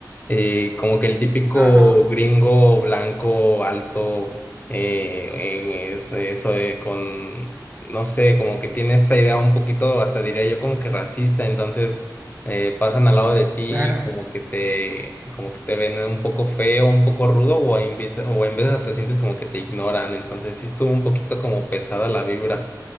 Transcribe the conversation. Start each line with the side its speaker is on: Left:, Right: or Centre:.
Left: eh, como que el típico
Right: ajá,
Left: gringo blanco, alto, eh, eh, es eso de con, no sé, como que tiene esta idea un poquito, hasta diría yo, como que racista, entonces eh, pasan
Right: Sí.
Left: al lado de ti,
Right: claro.
Left: como que te, como que te ven un poco feo, un poco rudo, o en vez- o en veces hasta sientes como que te ignoran, entonces sí estuvo un poquito como pesada la vibra